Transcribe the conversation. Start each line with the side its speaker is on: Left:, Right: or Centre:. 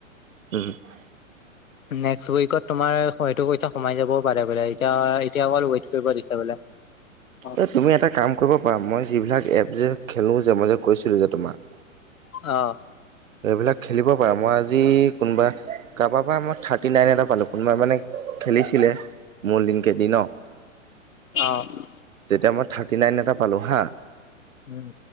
Right: <inaudible>
Left: নেক্সট ৱিকত তোমাৰ হয়তো পইচা সোমাই যাব। পাৰে বোলে এতিয়া, এতিয়া অকল ৱেইট কৰিব দিছে বোলে। অ
Right: এই তুমি এটা কাম কৰিব পাৰা মই যিবিলাক এপ যে খেলোঁ যে মই যে কৈছিলোঁ যে তোমাক।
Left: অ'।
Right: এইবিলাক খেলিব পাৰা মই আজি কোনোবা কাৰোবাৰ পৰা মই থাৰ্টি নাইন এটা পালোঁ কোনোবা মানে খেলিছিলে মোৰ লিংকে দি ন।
Left: অ'।
Right: তেতিয়া মই থাৰ্টি নাইন এটা পালো হা
Left: উম।